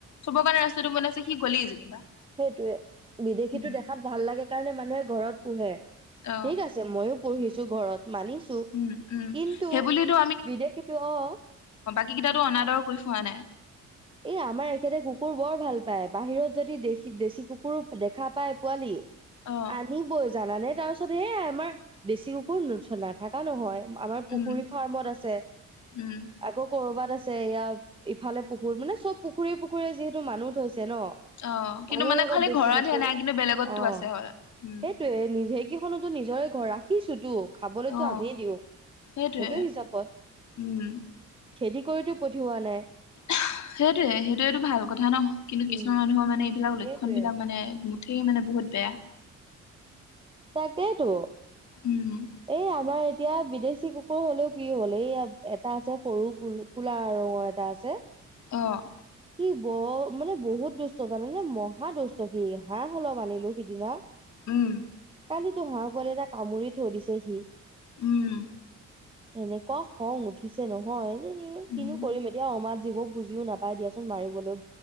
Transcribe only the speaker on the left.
চ'ব কাৰণে ৰাস্তাটো বনাইছে সি গলেই যেনিবা।
উম
অ
উম উম
সেইবুলিতো
কেইটো অনাদৰ কৰি ফোৱা নাই।
অ
উম
উম
অ কিন্তু
মানে
খালি
ঘৰতহে
নাই কিন্তু বেলেগতো
আছে হয় উম
অ
সেইটোৱে
উম
<unintelligible> সেইটোৱে, সেইটোৱেটো ভাল কথা ন, কিন্তু
কিছুমান মানুহৰ মানে এইবিলাক
লক্ষণ বিলাক মানে মুঠেই মানে বহুত বেয়া।
উম
অ'
উম।
উম।
উম